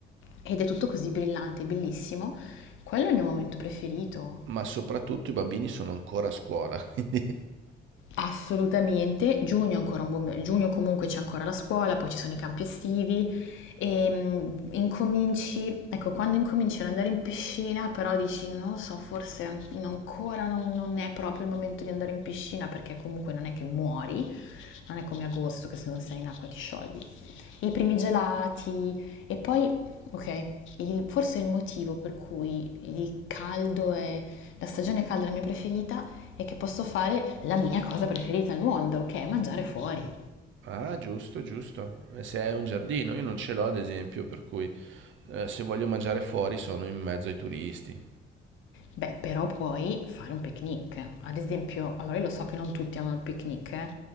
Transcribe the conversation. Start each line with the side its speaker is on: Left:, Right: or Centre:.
Left: ed è tutto così brillante, bellissimo. Quello è il mio momento preferito.
Right: Ma soprattutto i bambini sono ancora a scuola, <laughs> quindi
Left: Assolutamente, giugno è ancora un buon me- giugno comunque c'è ancora la scuola, poi ci sono i campi estivi e mm, incominci, ecco, quando incominci ad andare in piscina, però dici non lo so, forse an- ancora non, non è proprio il momento di andare in piscina perché comunque non è che muori, non è come agosto che se non sei in acqua ti sciogli i primi gelati e poi, ok, il- forse il motivo per cui il caldo è la stagione calda è la mia preferita è che posso fare la mia cosa preferita al mondo, che è mangiare fuori.
Right: Ah, giusto, giusto. E Se hai un giardino, io non ce l'ho ad esempio, per cui eh, se voglio mangiare fuori sono in mezzo ai turisti.
Left: Beh, però puoi fare un picnic. Ad esempio, allora io lo so che non tutti amano il picnic, eh,